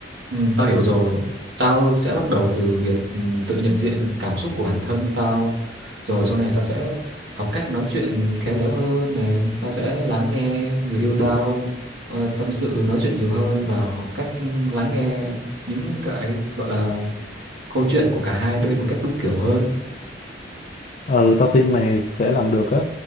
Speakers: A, on the right (about 70°); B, on the left (about 45°).
A: Ừ, tao hiểu rồi. Tao sẽ bắt đầu từ việc ừ, tự nhận diện cảm xúc của bản thân tao. Rồi sau này tao sẽ học cách nói chuyện khéo léo hơn này. Tao sẽ lắng nghe người yêu tao ờ, tâm sự nói chuyện nhiều hơn và học cách ừ, lắng nghe những cái gọi là câu chuyện của cả hai bên một cách đúng kiểu hơn.
B: Ừ, tao tin mày sẽ làm được á.